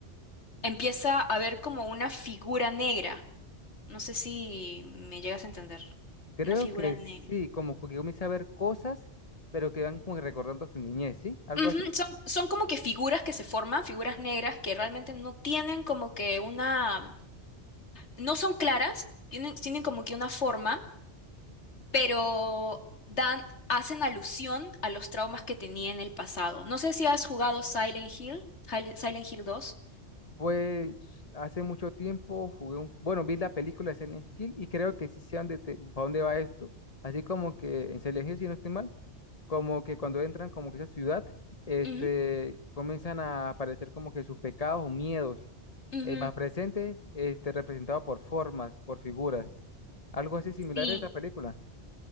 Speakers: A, on the left; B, on the left.
A: empieza a ver como una figura negra. No sé si me llegas a entender.
B: creo
A: Una figura
B: que
A: negra.
B: sí, como que comienza a ver cosas, pero que van como que recordando su niñez, ¿sí? Algo
A: Ujú,
B: así.
A: Son, son como que figuras que se forman, figuras negras que realmente no tienen como que una, no son claras, tienen, tienen como que una forma pero dan, hacen alusión a los traumas que tenía en el pasado. No sé si has jugado Silent Hill, Hil- Silent Hill dos.
B: Pues hace mucho tiempo jugué un, bueno, vi la película de Silent Hill y creo que sí sé a dónde, te- pa' dónde va esto. Así como que en Silent Hill, si no estoy mal, como que cuando entran como que esa ciudad, este,
A: Ujú,
B: comienzan a aparecer como que sus pecados o miedos
A: ujú,
B: eh, más presentes, este, representados por formas, por figuras, algo así similar
A: Sí,
B: a esa película.